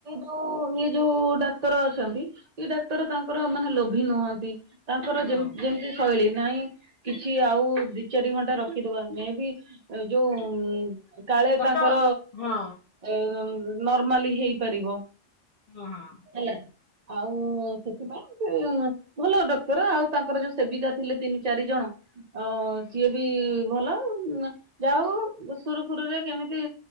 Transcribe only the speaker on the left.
ହଁ
କଷ୍ଟ
ହଁ
ହଁ ହଁ।
ହୁଁ ହୁଁ।